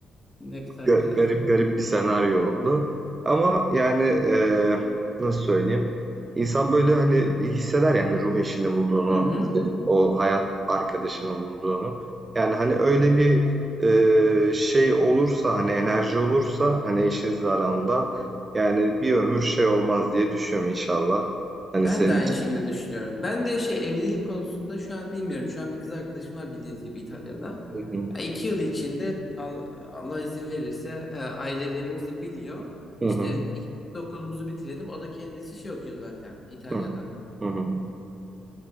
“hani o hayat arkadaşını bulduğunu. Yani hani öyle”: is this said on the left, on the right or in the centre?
Right